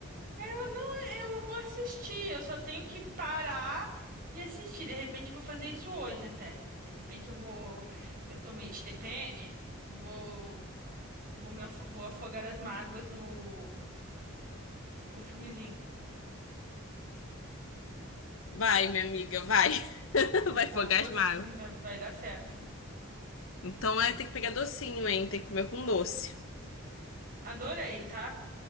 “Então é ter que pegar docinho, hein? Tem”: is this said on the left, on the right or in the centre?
Left